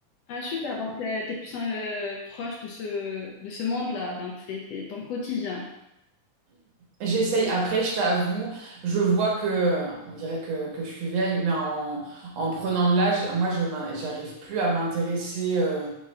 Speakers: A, on the left; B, on the right.
A: Ah, super, donc euh, t'es plus euh, proche de ce, de ce monde-là, donc c'est c'est ton quotidien.
B: J'essaye, après, je t'avoue, je vois que, on dirait que, que je suis vieille, mais en, en prenant de l'âge, moi, je m'in- j'arrive plus à m'intéresser euh,